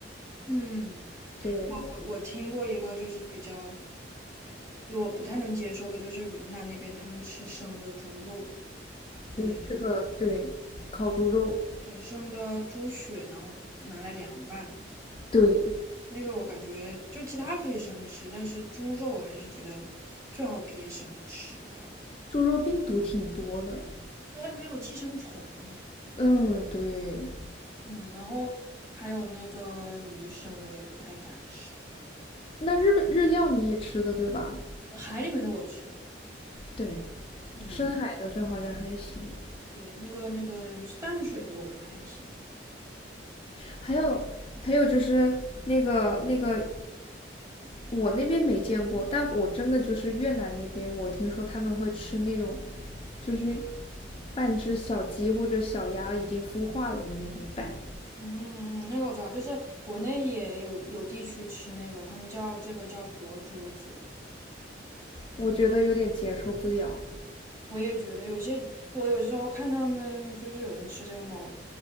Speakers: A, on the right; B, on the left.
A: 嗯，
B: 对
A: 我我我听过一个就是比较，就是我不太能接受的，就是云南那边他们吃生的猪肉，就是
B: 对，这个对，烤猪肉，
A: 对生的猪血，然后拿来凉拌，
B: 对，
A: 那个我感觉就其他可以生吃，但是猪肉我还是觉得最好别生吃吧，
B: 猪肉病毒挺多的。
A: 就它里面有寄生虫。
B: 嗯，对，
A: 嗯，然后还有那个鱼生，我也不太敢吃。
B: 那日本日料你也吃的对吧？
A: 海里面的我吃，
B: 对，
A: 嗯，
B: 深海的就好像还行。
A: 对，那个那个就是淡水的我不太行。
B: 还有还有就是那个那个，我那边没见过，但我真的就是越南那边，我听说他们会吃那种，就是半只小鸡或者小鸭已经孵化了的那种蛋，
A: 嗯嗯，那个我知道，就是国内也有有地区吃那个，他们叫这个叫活珠子。
B: 我觉得有点接受不了，
A: 我也觉得有些，我有时候看他们就是有人吃这个毛，